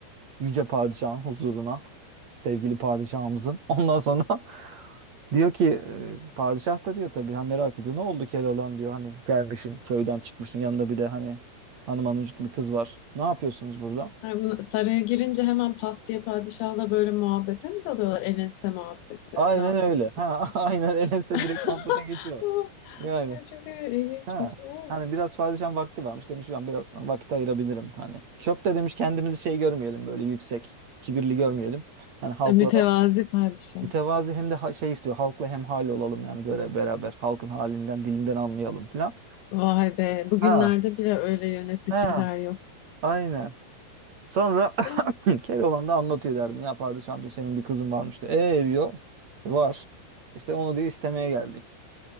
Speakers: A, on the right; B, on the left.
A: yüce padişahın huzuruna sevgili padişahımızın ondan sonra <laughs> diyor ki eee, padişah da diyor tabii ha merak ediyor ne oldu Keloğlan diyor hani gelmişsin köyden çıkmışsın yanında bir de hani hanım hanımcık bir kız var ne yapıyorsunuz burada
B: Ha, bunlar- Saraya girince hemen pat diye padişahla böyle muhabbete mi dalıyorlar? El muhabbeti.
A: aynen
B: Ne yapıyorsunuz?
A: öyle ha
B: Ne edin?
A: <laughs> aynen elense
B: <laughs>
A: direkt muhabbete geçiyor yani
B: Ay, Çok il- ilginçmiş.
A: Ha.
B: Ha.
A: Hani biraz padişahın vakti varmış demiş ben biraz vakit ayırabilirim hani. Çok da demiş kendimizi şey görmeyelim böyle yüksek, kibirli görmeyelim. Hani halkla
B: Mütevazi
A: da
B: padişah.
A: mütevazi hem de ha- şey istiyor halkla hem hal olalım yani böyle beraber halkın halinden dilinden anlayalım filan.
B: Vay be. Bugünlerde
A: Ha
B: bile öyle yöneticiler
A: ha
B: yok.
A: aynen. Sonra
B: Eh,
A: <laughs> Keloğlan da anlatıyor derdim ya padişahım diyor senin bir kızın varmış diyor. E diyor var. İşte onu diyor istemeye geldik.